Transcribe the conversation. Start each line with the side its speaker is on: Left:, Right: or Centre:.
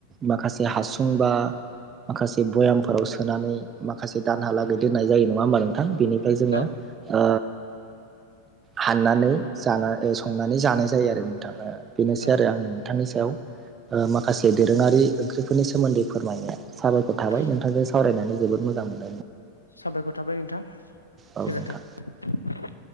Right: माखासे हासु सुं बा माखासे भयामफोराव सोनानै माखासे दानहा लागै दोननाय जायो नङा होमबा नोंथां । बेनिफ्राय जोङो
Left: औ
Right: ओ हाननानै जाना संनानै जानाय जायो आरो नोंथां ओ । बेनोसै
Left: औ
Right: आरो आंनि नोंथांनि सायाव माखासे दोरोङारि ओंख्रिफोरनि सोमोन्दै फोरमायनाया । साबायखर थाबाय
Left: ओ
Right: नोंथांजों सावरायनानै जोबोद मोजां मोनो ।
Left: साबायखर थाबाय नोंथां
Right: औ
Left: गोजोन्थों
Right: नोंथां
Left: ।